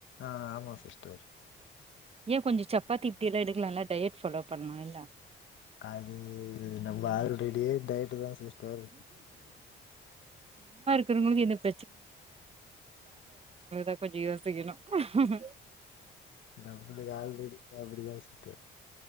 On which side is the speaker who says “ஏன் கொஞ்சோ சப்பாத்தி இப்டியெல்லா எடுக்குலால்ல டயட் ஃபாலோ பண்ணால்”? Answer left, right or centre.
Right